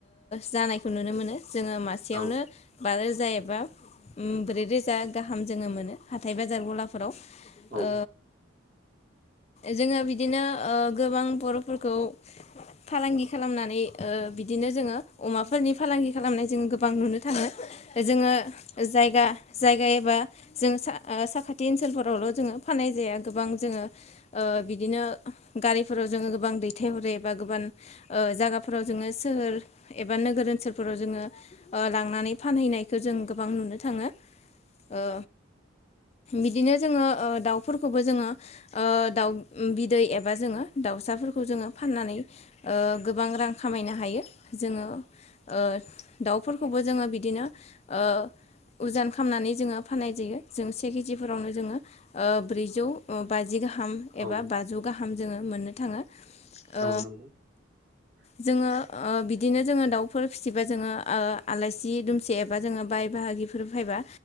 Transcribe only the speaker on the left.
जानायखौ नुनो मोनो जोंङो मा सेयावनो
बारोजा ए बा ब्रै रोजा गाहाम जोंङो मोनो हाथाय बाजार गलाफोराव
ओ जोंङो बिदिनो गोबां बर'फोरखौ फालांगि खालामनानै बिदिनो जोंङो अमाफोरनि फालांगि खालामनाय जोंङो गोबां नुनो थाङो जोंङो जायगा जायगा एबा जों सा-साखाथि ओनसोलफोरावल' जोंङो फाननाय जाया गोबां जोंङो ओ बिदिनो गारिफोराव जोंङो गोबां दैथायहरो एबा गोबां ओ जायगाफोराव जोङो सोहोर एबा नोगोर ओनसोलफोराव जोङो लांनानै फानहैनायखौ जों गोबां नुनो थाङो ओ बिदिनो जोङो दाउफोरखौबो जोङो ओ दाउ बिदै एबा जोङो दाउसाफोरखौ जोङो फाननानै गोबां रां खामायनो हायो। जोङो ओ दाउफोरखौबो जोङो बिदिनो ओ उजान खालामामनानै जोङो फाननाय जायो जों से केजिफोरावनो जोङो ओ ब्रैजौ बाजि गाहाम
एबा बाजौ गाहाम जोङो मोननो थाङो। ओ
जोङो ओ बिदिनो जोङो दाउफोर फिसिबा जोङो आलाइसि दुमसे एबा जोङो बाय बाहागिफोर फैबा